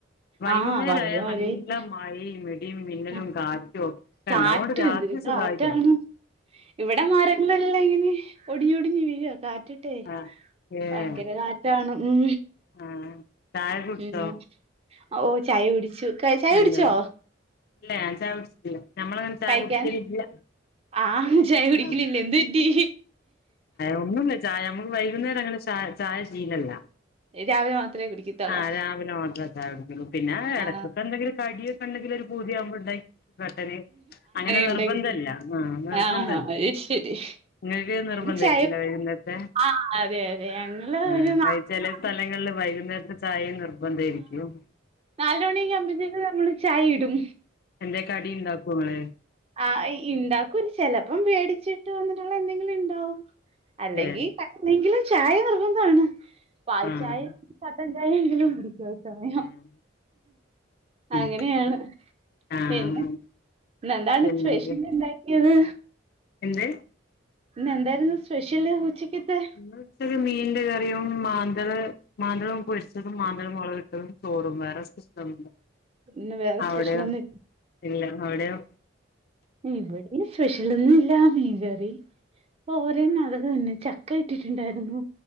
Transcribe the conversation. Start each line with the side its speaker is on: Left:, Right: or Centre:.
Left: വൈകുന്നേരായ
Right: ആ പകല് മഴയില്ല
Left: നല്ല മഴയും ഇടിയും മിന്നലും
Right: ആ
Left: കാറ്റോ ക്കെണ്ടാവും
Right: കാറ്റ്
Left: അതുകൊണ്ട് രാത്രി
Right: എന്തൊരു കാറ്റാണ്
Left: സുഖായിട്ട് ഒറങ്ങാ
Right: ഇവിടെ മാരങ്ങൾ എല്ല ഇങ്ങനെ ഒടിഞ്ഞൊടിഞ്ഞ് വീഴാ കാറ്റിട്ടേ
Left: ആഹ് ഏഹ്
Right: ഭയങ്കര കാറ്റാണ് ഉം
Left: ആഹ് ചായ കുടിച്ചോ
Right: ഉം ഓഹ് ചായ കുടിച്ചു ചായ
Left: എന്ത
Right: കുടിച്ചോ
Left: ഇല്ല ഞാൻ കുടിച്ചില്ല ഞമ്മളങ്ങനെ ചായ
Right: കഴിക്കാൻ
Left: കുടിക്കലില്ല
Right: ആ ചായ കുടിക്കലില്ല
Left: ആഹ്
Right: എന്ത് പറ്റി
Left: അഒന്നുംല്ല ചായ നമുക്ക് വൈകുന്നേരം അങ്ങനെ ചായ ചായ ശീലല്ല
Right: രാവിലെ മാത്രമേ കുടിക്കത്തുള്ളൂ
Left: ആഹ് രാവിലെ മാത്ര ചായ കുടിക്കോള്ളു പിന്നെ എട
Right: ആ
Left: ഇതൊക്കെ എന്തെങ്കിലും കടിയൊക്കെ ഉണ്ടെങ്കിൽ ഒരു പുതിയാവുമ്പോ ഉണ്ടായിട്ടെ അങ്ങനെ നിർബന്ധംല്ല
Right: ഉണ്ടാക്കി കുടി
Left: ആഹ് നിർബന്ധല്ല
Right: ആ അത് ശരി
Left: നിങ്ങൾക്ക് നിർബന്ധ
Right: ചായ
Left: ആരിക്കില്ലോ വൈകുന്നേരത്തെ
Right: ആ അതെ അതെ ഞങ്ങള്
Left: ആഹ്
Right: ഒരു നാല്
Left: അത് ചെലേ സ്ഥലങ്ങളിൽ വൈകുന്നേരത്തെ ചായയും നിർബന്ധ ആരിക്കും
Right: നാലു മണിയൊക്ക ആവുമ്പോത്തേും നമ്മള് ചായ ഇടും
Left: എന്തെ കടി ഇണ്ടാക്കോ ഇങ്ങള്
Right: ആഹ് ഇ ഇണ്ടാക്കൂ ചെലപ്പം വേടിച്ചിട്ട് വന്നിട്ടുള്ള എന്തെങ്കിലും ഇണ്ടാവും അല്ലെങ്കി
Left: ഏഹ്
Right: ക എങ്കിലും ചായ നിർബന്ധമാണ് പാൽ
Left: ആഹ്
Right: ചായ ചട്ടൻ ചായയെങ്കിലും കുടിക്കും സമയം
Left: ഏഹ് ഉം
Right: അങ്ങനെയാണ്
Left: ആഹ്
Right: പിന്നെ ഇന്ന് എന്താണ്
Left: എന്തെങ്കിലും
Right: സ്പെഷ്യല് ഇണ്ടാക്കിയത്
Left: എന്ത്
Right: ഇന്ന് എന്തായിരുന്നു സ്പെഷ്യല് ഉച്ചക്കത്തെ
Left: ഇന്ന് ഉച്ചക്ക് മീന്റെ കറിയും മാന്തള് മാന്തളും പൊരിച്ചതും മാന്തളും മുളകിട്ടതും ചോറും വേറെ സ്പെഷ്യലൊന്നുല്ല
Right: ഇന്ന് വേറെ
Left: അവിടെയോ
Right: സ്പെഷ്യലൊന്നും
Left: ഇല്ല അവിടെയോ
Right: ഇവിടെ പിന്നെ സ്പെഷ്യലൊന്നുല്ല മീൻ കറി പോരൻ അതൊക്കെ തന്നെ ചക്ക ഇട്ടിട്ടുണ്ടായിരുന്നു